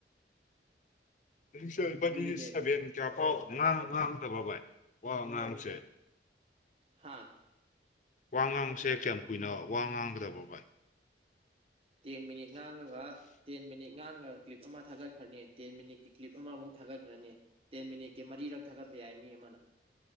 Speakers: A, on the left (about 45°); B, on the right (about 30°).
A: ꯁꯨꯕꯗꯤ
B: ꯑꯗꯨꯗꯒꯤ
A: ꯁꯚꯦꯟ ꯀꯌꯥ ꯄꯥꯎ ꯉꯥꯡ ꯉꯥꯡꯗꯕ ꯚꯥꯏ ꯋꯥ ꯉꯥꯡꯁꯦ
B: ꯍꯥꯥ
A: ꯋꯥ ꯉꯥꯡꯕꯁꯦ ꯀꯌꯥꯝ ꯀꯨꯏꯅ ꯋꯥ ꯉꯥꯡꯒꯗꯕ꯭ꯔ ꯚ
B: ꯇꯦꯟ ꯃꯤꯅꯤꯠ ꯉꯥꯡꯉꯒ ꯇꯦꯟ ꯃꯤꯅꯤꯠ ꯉꯥꯡꯉꯒ ꯀ꯭ꯂꯤꯞ ꯑꯃ ꯊꯥꯒꯠꯈ꯭ꯔꯅꯤ ꯇꯦꯟ ꯃꯤꯅꯤꯠꯀꯤ ꯀ꯭ꯂꯤꯞ ꯑꯃꯃꯨꯛ ꯊꯥꯒꯠꯈ꯭ꯔꯅꯤ ꯇꯦꯟ ꯃꯤꯅꯤꯠꯀꯤ ꯃꯔꯤꯔꯛ ꯊꯥꯒꯠꯄ ꯌꯥꯏ ꯃꯤ ꯑꯃꯅ